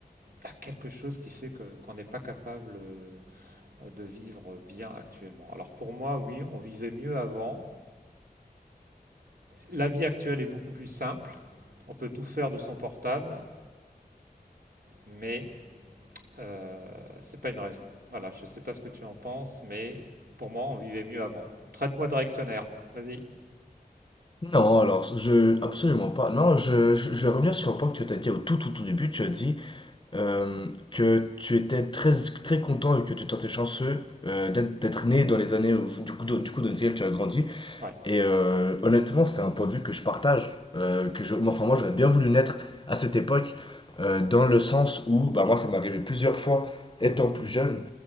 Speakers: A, on the right; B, on the left.
A: il y a quelque chose qui fait que- qu'on n'est pas capable euh, euh, de vivre bien actuellement. Alors pour moi, oui, on vivait mieux avant. La vie actuelle est beaucoup plus simple. On peut tout faire de son portable, mais euh, c'est pas une raison. Voilà, je ne sais pas ce que tu en penses, mais pour moi, on vivait mieux avant. Traite-moi de réactionnaire. Vas-y.
B: Non, alors, je... Absolument pas. Non, je, je, je vais revenir sur un point que tu as dit au tout, tout, tout début. Tu as dit euh, que tu étais très, très content et que tu te chanceux euh, d'être d'être né dans les années, où- du coup, dans- du coup, dans lesquelles tu as grandi.
A: Ouais.
B: Et euh, honnêtement, c'est un point de vue que je partage, euh, que je, moi, enfin moi j'aurais bien voulu naître à cette époque, euh, dans le sens où, bah moi ça m'est arrivé plusieurs fois, étant
A: Mhm.
B: plus jeune.